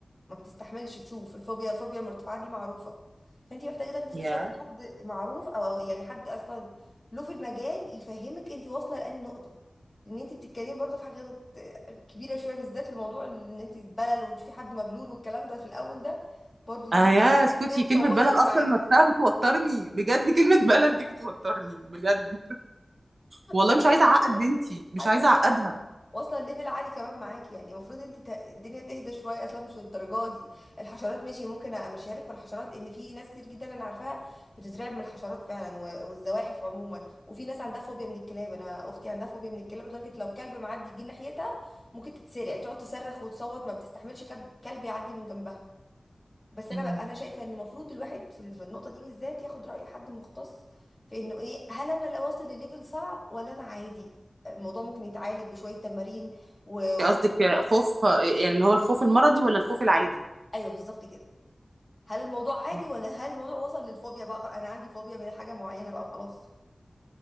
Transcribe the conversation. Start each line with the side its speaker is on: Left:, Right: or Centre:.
Left: ما بتستحملش تشوف الفوبيا فوبيا المرتفعات دي معروفه فانت محتاجه تاخدي استشاره
Right: يا
Left: حد معروف او يعني حد اصلا له في المجال يفهمك انت واصله لاني نقطه لان انت بتتكلمي برضه في حاجات كبيره شويه بالذات لموضوع ان انت تبلل وتشوفي حد مبلول والكلام ده في الاول ده برضه دي
Right: اه يا اسكتي
Left: هي متطوره
Right: كلمه بلل
Left: قوي معاكي
Right: اصلا نفسها بتوترني بجد كلمه بلل دي بتوترني بجد والله
Left: وانا
Right: مش
Left: بقول
Right: عايزه
Left: لك
Right: اعقد بنتي مش
Left: حاسه
Right: عايزه
Left: ان
Right: اعقدها
Left: هي واصله ليفل عالي كمان معاكي يعني المفروض انت ت- الدنيا تهدى شويه اصلا مش للدرجه دي الحشرات ماشي ممكن امشيها لك في الحشرات لان في ناس كتير جدا انا عارفاها بتترعب من الحشرات فعلا و- والزواحف عموما وفي ناس عندها فوبيا من الكلاب انا اختي عندها فوبيا من الكلاب لدرجه لو كلب معدي يجي ناحيتها ممكن تتسرع تقعد تصرخ وتصوت ما بتستحملش كلب كلب يعدي من جنبها بس انا
Right: امم
Left: بقى انا شايفه ان المفروض الواحد في ال- في النقطه دي بالذات ياخد راي حد مختص في انه ايه هل انا لو واصل لليفل صعب ولا انا عادي الموضوع ممكن يتعالج بشويه تمارين و... و...
Right: قصدك خوف يعني اللي هو الخوف المرضي ولا الخوف العادي
Left: ايوه بالظبط كده هل الموضوع عادي
Right: مم.
Left: ولا هل الموضوع وصل للفوبيا بقى خ- انا عندي فوبيا من حاجه معينه بقى وخلاص